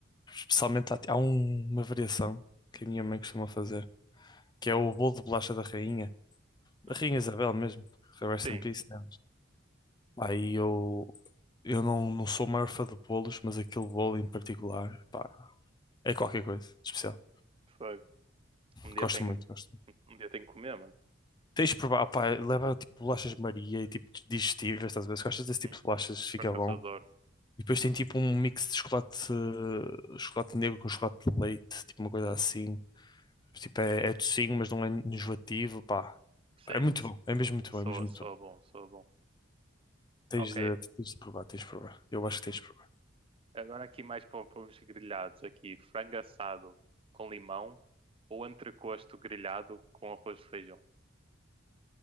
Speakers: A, on the left; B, on the right.
A: Especialmente há, há um- uma variação que a minha mãe costuma fazer, que
B: Hum,
A: é o bolo de bolacha da rainha. Da
B: hum,
A: Rainha Isabel
B: hum.
A: mesmo. que Rest
B: Sim,
A: in peace, né? Aí eu, eu não, não sou o maior fã de bolos, mas aquele bolo em particular, pá, é qualquer coisa de especial.
B: foi. Um dia
A: Gosto
B: tenho,
A: muito, gosto muito.
B: um dia tenho que comer, mano.
A: Tens de provar, pá, leva tipo bolachas de Maria e tipo digestivas, estás a ver? Se gostas
B: Uhum.
A: desse tipo de bolachas, fica
B: Por acaso
A: bom.
B: eu adoro.
A: E depois tem tipo um mix de chocolate, eh, chocolate negro com chocolate de leite, tipo uma coisa assim.
B: Hum,
A: Tipo, é, é docinho, mas não é enjoativo, pá.
B: sim,
A: Pá, É muito bom, é mesmo muito
B: soa,
A: bom, é mesmo
B: soa
A: muito bom.
B: bom, soa bom. Ok,
A: Tens de, tens de provar, tens de provar. Eu acho que tens de provar.
B: agora aqui mais para, para uns grelhados aqui. Frango assado com limão ou entrecosto grelhado com arroz de feijão?